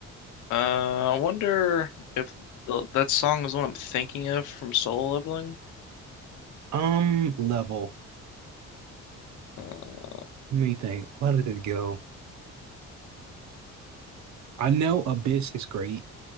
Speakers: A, on the left; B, on the right.
A: Uh, I wonder if the, that song is what I'm thinking of from Solo Leveling.
B: Um, level.
A: Uh,
B: Let me think. Where did it go? I know Abyss is great.